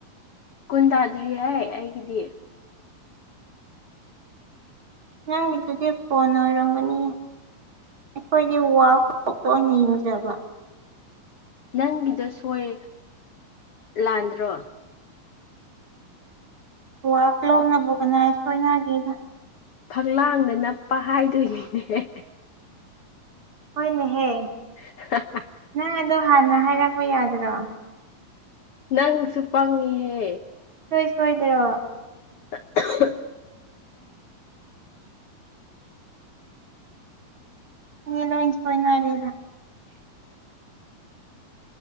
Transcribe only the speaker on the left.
ꯀꯨꯟ ꯇꯥꯗ꯭ꯔꯤ ꯍꯥꯏ ꯑꯩꯒꯤꯗꯤ
ꯅꯪꯒꯤꯗ ꯁꯣꯏ ꯂꯥꯟꯗ꯭ꯔꯣ
ꯐꯛꯂꯥꯡꯗ ꯅꯞꯄ ꯍꯥꯏꯗꯣꯏꯅꯤꯅꯦ
<inaudible>
ꯅꯪ ꯆꯄꯥꯉꯍꯦ
<inaudible>